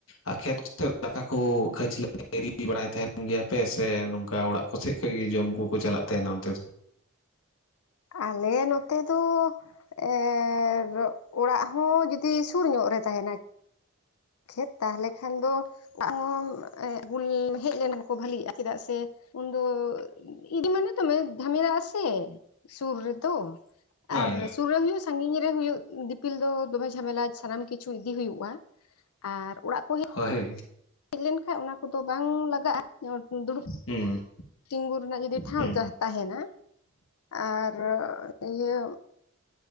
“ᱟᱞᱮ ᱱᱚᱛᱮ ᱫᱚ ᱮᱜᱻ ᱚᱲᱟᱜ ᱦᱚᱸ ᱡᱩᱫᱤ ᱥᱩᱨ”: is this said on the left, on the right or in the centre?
Left